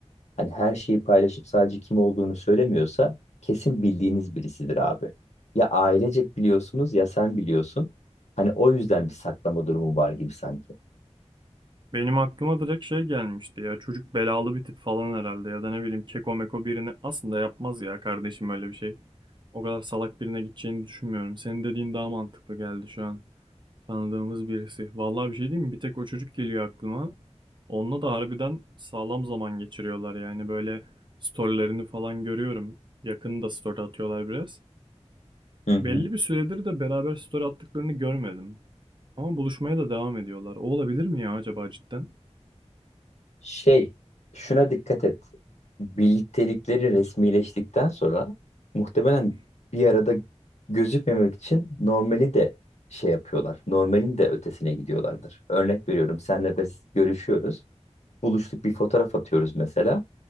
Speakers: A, on the left (about 70°); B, on the right (about 40°).
A: hani her şeyi paylaşıp sadece kim olduğunu söylemiyorsa kesin bildiğiniz birisidir abi. Ya ailecek biliyorsunuz ya sen biliyorsun. Hani o yüzden bir saklama durumu var gibi sanki.
B: benim aklıma direkt şey gelmişti ya. Çocuk belalı bir tip falan herhalde ya da ne bileyim keko meko birini aslında yapmaz ya kardeşim öyle bir şey. O kadar salak birine gideceğini düşünmüyorum. Senin dediğin daha mantıklı geldi şu an. Tanıdığımız birisi. Vallahi bir şey diyeyim mi? Bir tek o çocuk geliyor aklıma. Onunla da harbiden sağlam zaman geçiriyorlar yani böyle storylerini falan görüyorum. Yakında story atıyorlar biraz.
A: Hı hı.
B: Belli bir süredir de beraber story attıklarını görmedim. Ama buluşmaya da devam ediyorlar. O olabilir mi ya acaba cidden?
A: Şey, şuna dikkat et. Birliktelikleri resmileştikten sonra muhtemelen bir arada gözükmemek için normali de şey yapıyorlar. Normalin de ötesine gidiyorlardır. Örnek veriyorum, senle biz görüşüyoruz. Buluştuk bir fotoğraf atıyoruz mesela.